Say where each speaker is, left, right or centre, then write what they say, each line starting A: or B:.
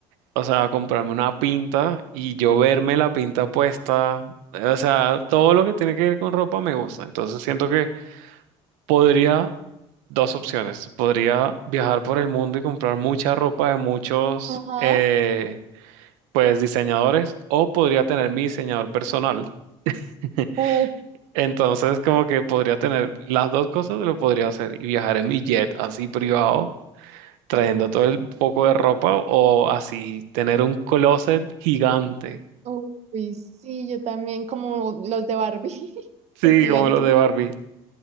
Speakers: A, on the right (about 80°); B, on the right (about 50°).
A: o sea, comprarme una pinta y yo verme la pinta puesta. O sea, todo lo que tiene que ver con ropa me gusta. Entonces siento que podría Dos opciones. Podría viajar por el mundo y comprar mucha ropa de muchos,
B: Ajá.
A: eh, pues, diseñadores, o podría tener mi diseñador personal. <laughs>
B: Uf,
A: Entonces, como que podría tener las dos cosas, lo podría hacer y viajar en mi jet así privado, trayendo todo el poco de ropa, o así tener un closet gigante,
B: uy, sí, yo también, como los de Barbie, <laughs>
A: sí,
B: que es gigante.
A: como los de Barbie.